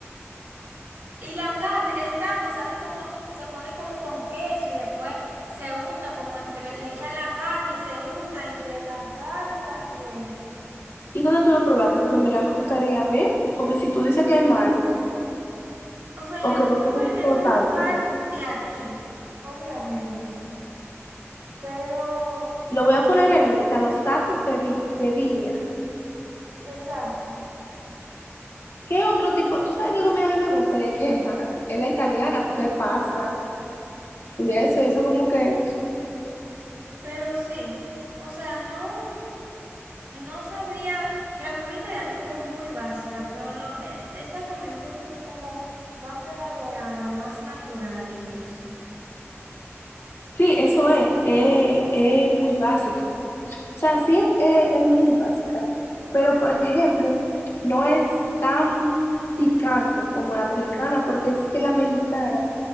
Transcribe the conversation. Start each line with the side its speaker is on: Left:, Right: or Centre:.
Right: Y la carne, el taco se hace como, se pone como con queso y después se unta como entre, le echan la carne y se unta entre la salsa y eso.
Left: ¿Y dónde tú lo probaste? Porque en verdad me gustaría ver. Porque si tú dices que es malo
Right: O sea, yo
Left: o que
Right: lo
Left: no
Right: probé
Left: te gustó
Right: en un
Left: tanto,
Right: lugar de aquí, obviamente, pero,
Left: lo voy a poner en lista, los tacos de, bi- de birria.
Right: exacto,
Left: ¿Qué otro tipo? ¿Tú sabes qué comida a mí me gusta? Y es que ajá, es la italiana, porque es pasta y eso, eso como que,
Right: pero sí, o sea, no, no sabría, de la comida italiana es como muy básica, pero lo, e- esta comida un poquito como más elaborada, más natural y eso.
Left: sí, eso es, es, es muy básica. O sea, sí es, es- es muy básica, pero por ejemplo, no es tan picante como la mexicana, porque es que la mexicana